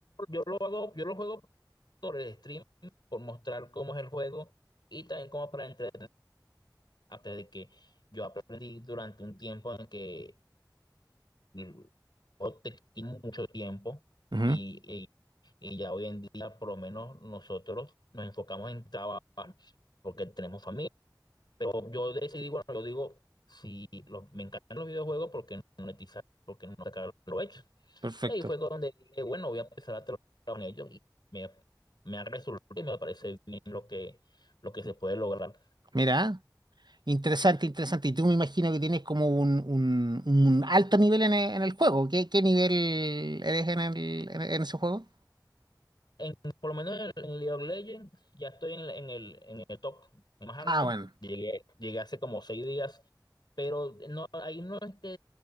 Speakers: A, on the left; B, on the right.
A: yo lo hago, yo lo juego por el stream, por mostrar cómo es el juego y también como para entretenerte de que yo aprendí durante un tiempo en que mm, o te quita mucho tiempo
B: Ujú,
A: y, y- y ya hoy en día por lo menos nosotros nos enfocamos en trabajar porque tenemos familia. Pero yo decidí, bueno, yo digo, si los- me encantan los videojuegos, ¿por qué no monetizar? ¿Por qué no sacar lo hecho?
B: perfecto.
A: Y ahí fue donde dije, bueno, voy a empezar a trabajar con ellos y me, me ha resultado y me parece bien lo que, lo que se puede lograr.
B: Mira. Interesante, interesante. Y tú me imagino que tienes como un, un- un alto nivel en e- en el, juego. ¿Qué, qué nivel eres en el, en, en ese juego?
A: En, por lo menos en, en League of Legends ya estoy en, la- en el, en el top más alto.
B: Ah, bueno,
A: Llegué, llegué hace como seis días, pero no, ahí no es que,